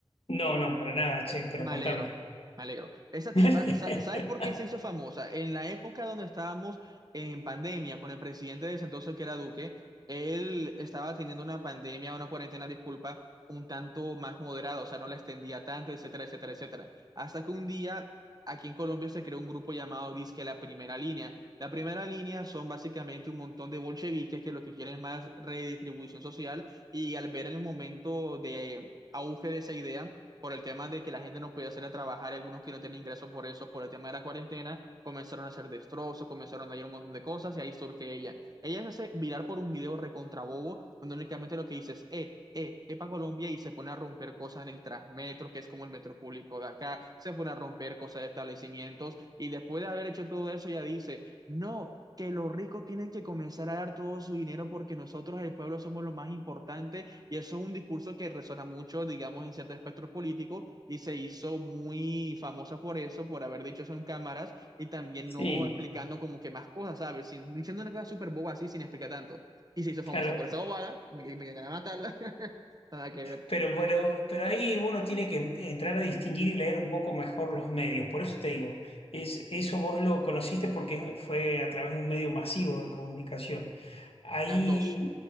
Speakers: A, on the left (about 70°); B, on the right (about 40°).
A: No, no, para nada, che, pero
B: Me
A: contame.
B: alegro, me alegro. Esa tipa,
A: <laughs>
B: sa- ¿sabes por qué se hizo famosa? En la época donde estábamos en pandemia con el presidente de ese entonces, que era Duque, él estaba teniendo una pandemia, una cuarentena, disculpa, un tanto más moderada, o sea, no la extendía tanto, etcétera, etcétera, etcétera. Hasta que un día aquí en Colombia se creó un grupo llamado Disque La Primera Línea. La Primera Línea son básicamente un montón de bolcheviques que lo que quieren es más redistribución social y al ver el momento de auge de esa idea, por el tema de que la gente no podía salir a trabajar y algunos que no tienen ingresos por eso, por el tema de la cuarentena, comenzaron a hacer destrozos, comenzaron a dañar un montón de cosas y ahí surge ella. Ella se hace viral por un video recontrabobo donde únicamente lo que dice es, eh, eh, Epa Colombia y se pone a romper cosas en el Transmetro, que es como el metro público de acá, se pone a romper cosas de establecimientos y después de haber hecho todo eso ella dice, no, que los ricos tienen que comenzar a dar todo su dinero porque nosotros el pueblo somos lo más importante y eso es un discurso que resuena mucho, digamos, en cierto espectro político y se hizo muy famosa por eso, por haber dicho eso en cámaras y también
A: Sí,
B: no explicando como que más cosas, ¿sabes? Sin- diciendo una cosa súper boba así sin explicar tanto. Y se hizo famosa
A: claro,
B: por esa bobada, me, me ganan a matarla, <laughs> nada que ver.
A: pero, pero, pero ahí uno tiene que entrar a distinguir y leer un poco mejor los medios. Por eso te digo, es, eso vos lo conociste porque fue a través de un medio masivo de comunicación. Ahí
B: Las dos.